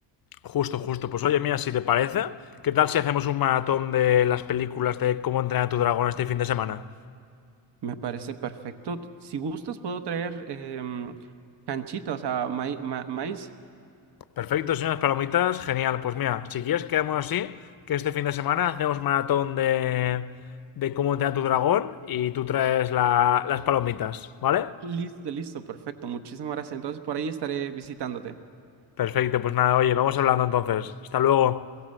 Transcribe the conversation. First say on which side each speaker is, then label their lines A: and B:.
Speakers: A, on the left; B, on the right.
A: Justo, justo. Pues oye, mira, si te parece, ¿qué tal si hacemos un maratón de las películas de cómo entrenar a tu dragón este fin de semana?
B: Me parece perfecto. Si gustas, puedo traer em, canchita, o sea, mai- ma- maíz.
A: Perfecto, señores palomitas, genial. Pues mira, si quieres quedamos así, que este fin de semana hacemos maratón de, de cómo entrenar tu dragón y tú traes la- las palomitas, ¿vale?
B: Listo, listo, perfecto. Muchísimas gracias. Entonces, por ahí estaré visitándote.
A: Perfecto, pues nada, oye, vamos hablando entonces. Hasta luego.